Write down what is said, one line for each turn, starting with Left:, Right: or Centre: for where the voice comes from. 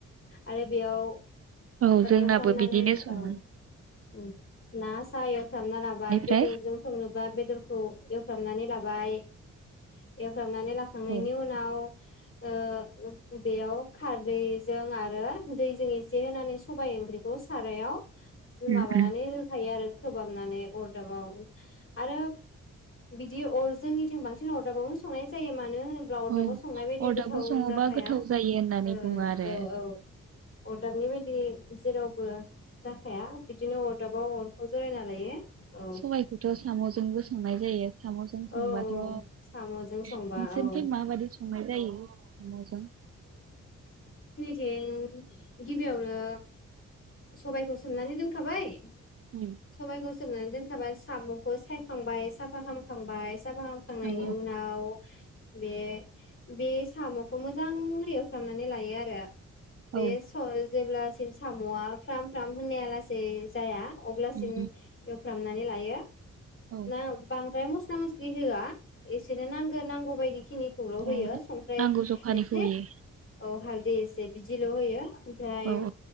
Left: आरो बेयाव
Right: औ जोंनाबो
Left: एवफ्रामनानै
Right: बिदिनो सङो
Left: औ। म ना सायो। फथाबना लाबाय
Right: बेनिफ्राय
Left: बेदरजों संनोबा बेदरखौ। एवफ्रामनानै लाबाय फुस्राबनानै लाखांनायनि
Right: औ
Left: उनाव ओ बेयाव खारदैजों आरो दैजों एसे होनानै सबाइ ओंख्रिखौ सारायाव जों
Right: उम
Left: माबानानै
Right: उम
Left: होखायो आरो खोबहाबनानै अरदाबावोन आरो। बिदि अर जोंनिथिं बांसिन अरदाबावनो संनाय जायो मा नो होनोब्ला अरदाबाव
Right: औ
Left: संनाय बायदि
Right: अरदाबाव
Left: गोथाव
Right: सङोबा
Left: जाखाया
Right: गोथाव जायो होननानै
Left: औ
Right: बुङो आरो
Left: औ औ। अरदाबनि बायदि जेरावबो जाखाया बिदिनो अरदाबा अरखौ जरायायना। लायो। औ
Right: सबायाइखौथ सामजों बोसांनाय जायो। सामजों
Left: औ
Right: संबाथ नोंसोरनिथिं
Left: साम'जों संबा औ
Right: माबायदि संनाय जायो सामजों?
Left: थिं गिबियावनो सबायखौ सोमनानै दोनखाबाय।
Right: उम
Left: सबबाय गस सोबनानै दोनखाबाय सामखौ सायखांबाय साफा खालामाम थबाय। फसाा फाहामख्रांनायनि
Right: औ
Left: उनाव बे बे साम'खौ मोजांङ एवफ्रामनानै लायो आरो। बेसल
Right: औ
Left: जेब्लासिम साम'आ फ्राम फ्राम होननाया लासेै जाया अब्लासिम
Right: उम
Left: एवफ्रामनानै लायो।
Right: औ
Left: ना बां फाय मस्ला मस्लि होआ एसेनो नांगो नांगौ बायदि खिनि खौल' होयो
Right: अ
Left: संफ्राय
Right: नांगौ जखानिखौ
Left: एसे
Right: होयो।
Left: औ हाल देसे बिदिल' होयो। ओमफ्राय
Right: औ औ